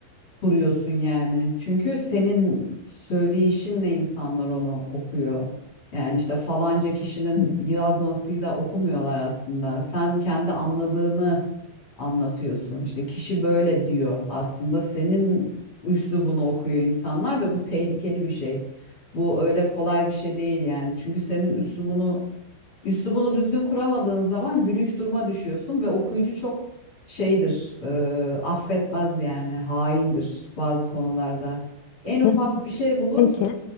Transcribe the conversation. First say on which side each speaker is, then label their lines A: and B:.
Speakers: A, on the left; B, on the left.
A: kuruyorsun yani. Çünkü senin söyleyişinle insanlar onu okuyor. Yani işte falanca kişinin
B: hı hı.
A: yazmasıyla okumuyorlar aslında. Sen kendi anladığını anlatıyorsun. İşte kişi böyle diyor aslında. Senin üslubunu okuyor insanlar ve bu tehlikeli bir şey. Bu öyle kolay bir şey değil yani. Çünkü senin üslubunu Üslubunu düzgün kuramadığın zaman gülünç duruma düşüyorsun ve okuyucu çok şeydir, e, affetmez yani, haindir bazı konularda. En ufak
B: Pe-
A: bir şey bulur,
B: Peki.